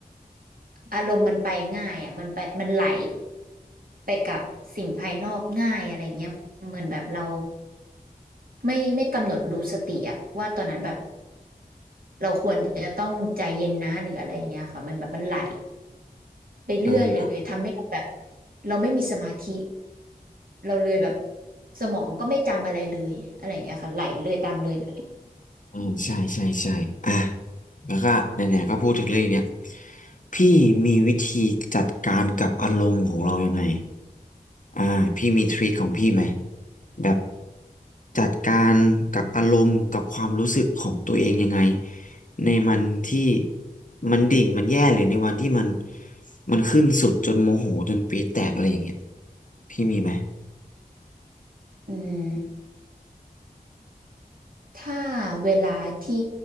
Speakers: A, on the right; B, on the left.
A: อารมณ์มันไปง่ายอะมันไปมันไหลไปกับสิ่งภายนอกง่ายอะไรเงี้ยเหมือนแบบเราไม่ไม่กำหนดรู้สติอะว่าตอนนั้นแบบ เราควรจะต้องใจเย็นนะหรืออะไรอย่างเงี้ยค่ะมันแบบมันไหลไปเรื่อยเลยทำให้เราแบบ
B: อ่า
A: เราไม่มีสมาธิเราเลยแบบสมองก็ไม่จำอะไรเลยอะไรอย่างเงี้ยค่ะไหลเลยตามเลยไปเลย
B: อืมใช่ใช่ใช่อ่ะแล้วก็ไหนๆก็พูดถึงเรื่องเนี้ยพี่มีวิธีจัดการกับอารมณ์ของเรายังไงอ่าพี่มีทริคของพี่ไหมแบบจัดการกับอารมณ์กับความรู้สึกของตัวเองยังไงในมันที่มันดิ่งมันแย่หรือในวันที่มันมันขึ้นสุดจนโมโหจนปี๊ดแตกอะไรอย่างเงี้ยพี่มีไหม
A: อืมถ้าเวลาที่